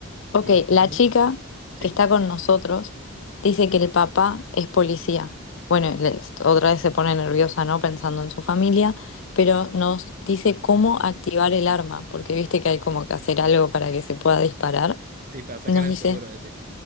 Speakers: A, on the left; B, on the right.
A: Ok,
B: ¿Y encaramos?
A: la chica
B: Sí,
A: que está con nosotros dice que el papá es policía. Bueno, le- otra vez se pone nerviosa, ¿no? Pensando en su familia, pero nos dice cómo activar el arma, porque viste que hay como que hacer algo para que se pueda disparar.
B: sí, para sacar
A: Nos
B: el
A: dice,
B: seguro, decís.